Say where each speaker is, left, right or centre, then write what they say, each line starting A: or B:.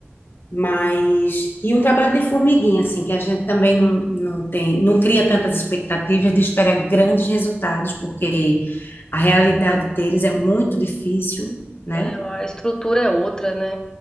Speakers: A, on the left (about 60°); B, on the left (about 15°).
A: Mas, e um trabalho de formiguinha, assim, que a gente também não, não tem, não cria tantas expectativas de esperar grandes resultados, porque a realidade
B: É,
A: deles é muito difícil, né?
B: É, a estrutura é outra, né?